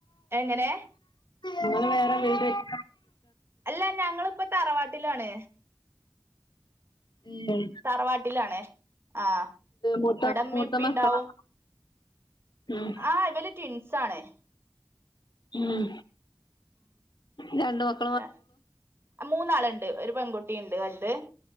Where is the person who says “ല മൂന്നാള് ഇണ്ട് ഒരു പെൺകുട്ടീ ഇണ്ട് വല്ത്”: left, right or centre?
Right